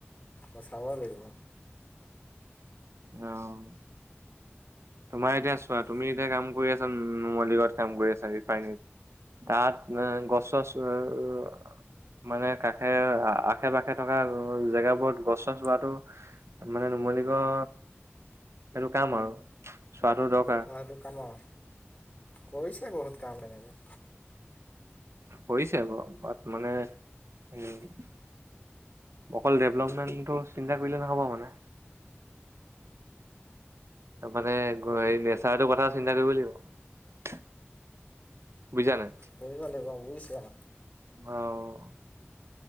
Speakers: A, on the left; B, on the right.
A: অ' চাব লাগিব।
B: আহ, তোমাৰ এতিয়া চোৱা তুমি এতিয়া কাম কৰি আছা নুমলী গড়ত কাম কৰি আছা ৰিফাইনেৰীত তাত গছ চছ মানে কাষে
A: অঁ
B: আশে পাশে। থকা জেগাবোৰত গছ চছ ৰোৱাটো মানে নুমলিগড় সেটো কাম আৰু। চোৱাটো দৰকাৰ
A: অ, সেইটো কামৰ কৰিছে বহুত কাম তেনেকৈ।
B: পৰিছে বাৰ বাট মানে উম অকল ডেভলপমেণ্টটো চিন্তা কৰিলে নহ'ব মানে। তাৰ মানে এই নেচাৰটোৰ কথা চিন্তা কৰিব লাগিব। বুজিছা নাই
A: কৰিব লাগিব বুজিছা।
B: অ',